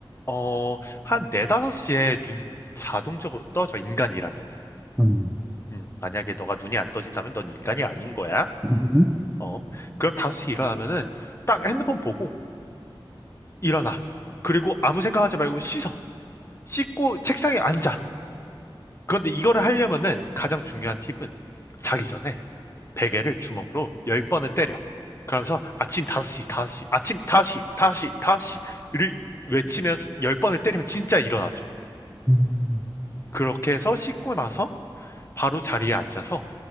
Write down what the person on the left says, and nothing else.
어, 한 4, 5시에 눈이 자동적으로 떠져, 인간이라면은.
음, 만약에 너가 눈이 안 떠진다면 넌 인간이 아닌 거야.
어. 그럼 5시 일어나면은 딱 핸드폰 보고 일어나. 그리고 아무 생각하지 말고 씻어. 씻고 책상에 앉아. 그런데 이거를 하려면은 가장 중요한 팁은 자기 전에 베개를 주먹으로 10번을 때려. 그러면서 아침 5시, 5시, 아침 5시, 5시, 5시를 외치면서 10번을 때리면 진짜 일어나죠.
그렇게 해서 씻고 나서 바로 자리에 앉아서